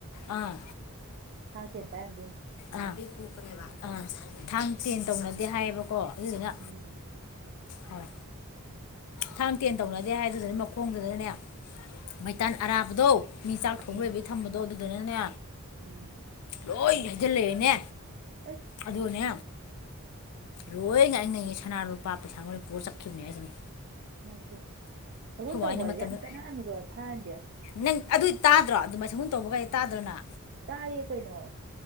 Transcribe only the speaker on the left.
ꯑꯥ꯫
ꯑ ꯑꯥ ꯊꯥꯡ ꯇꯦꯟ ꯇꯧꯅꯗꯦ ꯍꯥꯏꯌꯦꯕꯀꯣ꯫ ꯑꯗꯨꯗꯨꯅ
ꯍꯣꯏ꯫ ꯊꯥꯡ ꯇꯦꯟ ꯇꯧꯅꯗꯦ ꯍꯥꯏꯗꯨꯗꯅ ꯃꯈꯣꯡꯗꯨꯗꯅꯅꯦ ꯃꯩꯇꯥꯟ ꯑꯔꯥꯕꯗꯣ ꯃꯤ ꯆꯥꯛ ꯊꯣꯡ
ꯂꯣꯏꯕꯒꯤ ꯊꯝꯕꯗꯣ ꯑꯗꯨꯗꯨꯅꯅꯦ꯫
ꯂꯣꯏ ꯍꯩꯖꯤꯜꯂꯦꯑꯦꯅꯦ
ꯑꯗꯨꯑꯅꯦ ꯂꯣꯏ ꯉꯥꯏꯅꯩꯌꯦ ꯁꯅꯥ ꯂꯨꯄꯥ ꯄꯩꯁꯥ ꯂꯣꯏ ꯄꯨꯔ ꯆꯠꯈꯤꯕꯅꯦ ꯍꯥꯏꯁꯤꯅꯦ꯫
ꯍꯣꯏꯅ ꯃꯇꯝꯗ
ꯅꯪ ꯑꯗꯨꯗꯤ ꯇꯥꯗ꯭ꯔꯣ ꯑꯗꯨ ꯃꯥꯏ ꯇꯧꯕꯒ ꯇꯥꯗ꯭ꯔꯣꯅ꯫